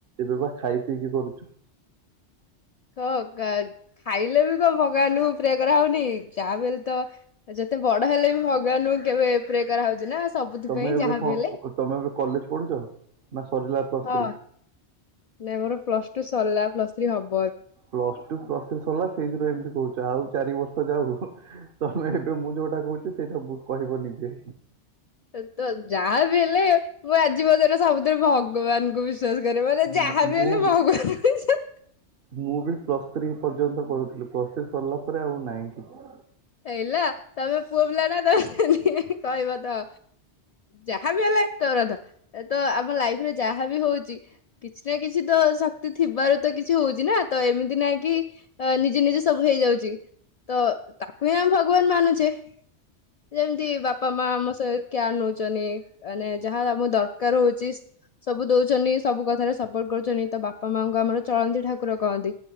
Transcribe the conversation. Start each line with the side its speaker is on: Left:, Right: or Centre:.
Right: ଏବେ ପା ଖାଇପିଇକି କରୁଛୁ।
Left: କ କାଲ୍ ଖାଇଲେ ବି କଣ ଭଗବାନଙ୍କୁ ପ୍ରେ କରାହଉନି, ଯାହା ବି ହେଲେ ତ ଯେତେ ବଡ ହେଲେ ବି ଭଗବାନଙ୍କୁ କେବେ ପ୍ରେ କରା ହଉଛି ନା ସବୁଥିପାଇଁ
Right: ତମେ ଏବେ
Left: ଯାହାବି
Right: କଣ
Left: ହେଲେ
Right: ତମେ ଏବେ କଲେଜ ପଢୁଛ ନା ସରିଲା ପ୍ଲସ୍
Left: ହଁ
Right: ଥ୍ରୀ?
Left: ନାଇଁ ମୋର ପ୍ଲସ୍ ଟୁ ସରିଲା ପ୍ଲସ ଥ୍ରୀ ହବ୍
Right: ପ୍ଲସ୍ ଟୁ ପ୍ଲସ୍ ଥ୍ରୀ ସରିଲା ସେଇଥିରେ ଏମିତି କହୁଛୁ। ଆଉ ଚାରି ବର୍ଷ ଯାଉ ତମେ ଏବେ ମୁଁ ଯୋଉଟା କହୁଛି ସେଇଟା କହିବ ନିଜେ।
Left: ତ ତ ଯାହା ବି ହେଲେ ମୁଁ ଆଜି ପର୍ଯ୍ୟନ୍ତ ସବୁଥିରେ ଭଗବାନଙ୍କୁ ବି ବିଶ୍ଵାସ କରେ ମାନେ
Right: ମୁଁ
Left: ଯାହା ବି
Right: ମୁଁ
Left: ହେଲେ ଭଗବାନଙ୍କୁ
Right: ମୁଁ ବି ପ୍ଲସ୍ ଥ୍ରୀ ପର୍ଯ୍ୟନ୍ତ କରୁଥିଲି ପ୍ଲସ୍ ଥ୍ରୀ ସରିଲା ପରେ ଆଉ ନାହିଁ କିଛି।
Left: ହେଲା ତମେ ପୁଅ ପିଲା ନା ତମେ କହିବ ତ ଯାହାବି ହେଲେ ତୋର ତ ତ ଆମ ଲାଇଫରେ ଯାହା ବି ହଉଛି। କିଛି ନା କିଛି ତ ଶକ୍ତି ଥିବାରୁ ତ କିଛି ହଉଛି ନା ତ ଏମିତି ନାଇଁ କି ନିଜ୍- ନିଜେ ନିଜେ ସବୁ ହେଇଯାଉଛି ତ ତାକୁ ହିଁ ଆମେ ଭଗବାନ ମାନୁଛେ, ଯେମିତି ବାପା ମା ଆମ ସହ କ୍ୟାର ନେଉ। <unintelligible> ମାନେ ଯାହା ଆମ ଦରକାର ହଉଛି ସବୁ ଦଉଛନ୍ତି ସବୁ କଥାରେ ସପୋର୍ଟ କରୁଛନ୍ତି ତ ବାପା ମାଙ୍କୁ ଆମର ଚଳନ୍ତି ଠାକୁର କହନ୍ତି